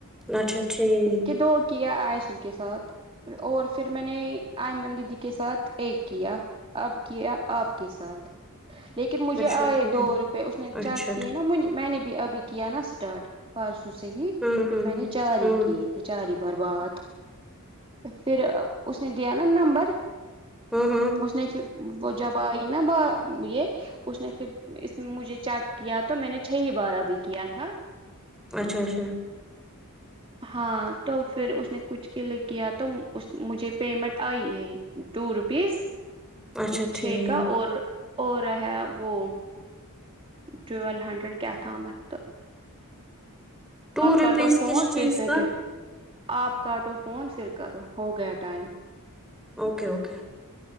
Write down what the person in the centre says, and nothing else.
اچھا ٹھیک
اچھا
ٹھیک
اچھا
ہوں
ہوں
ہوں
ہوں
ہوں ہوں
اچھا اچھا
اچھا
ٹھیک
ٹو روپیز
کس چیز
کا
اوکے اوکے